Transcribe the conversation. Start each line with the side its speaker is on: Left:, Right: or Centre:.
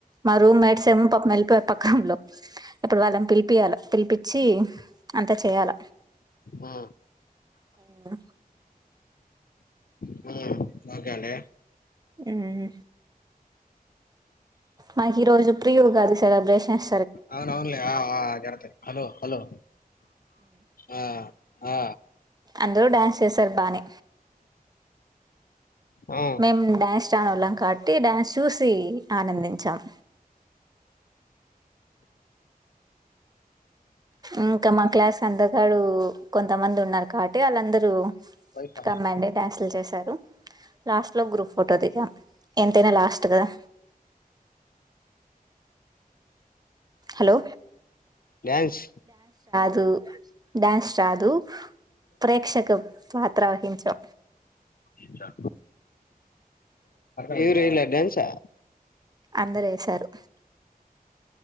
Right: మా రూమ్ మేట్స్ ఏమో మళ్ళిపోయ పక్కంలో ఇప్పుడు వాళ్ళని పిలిపియాల పిలిపచ్చి అంత చేయాల
Left: ఆ
Right: అవునా
Left: ఉమ్ ఓకే అండీ
Right: ఉమ్ మాకి ఇరోజు ప్రియయుగాది సెలబ్రేషన్
Left: అవును అవునులే ఆ కరెక్ట్ ఏ హలో హలో ఆ ఆ
Right: అంద్రూ డ్యాన్స్ చేసారు బాని
Left: ఆ
Right: మేం డ్యాన్స్ స్టాన్ వాళ్ళం కాట్టి డ్యాన్స్ చూసి ఆనందించాం ఇంకా మా క్లాస్ అందగాడు కొంతమంది ఉన్నారు కాబట్టి వాళ్ళందరూ
Left: పైసా
Right: కమ్మడి డ్యాన్సులు చేసారు లాస్ట్ లో గ్రూప్ ఫోటో దిగాం ఎంతైనా లాస్ట్ కదా హలో
Left: డ్యాన్స
Right: ధు అ డ్యాన్స్ అదు ప్రేక్షక పాత్రవ ఇంచా
Left: ఇంచా ఇవి రలే డన్సా
Right: అందరేశారు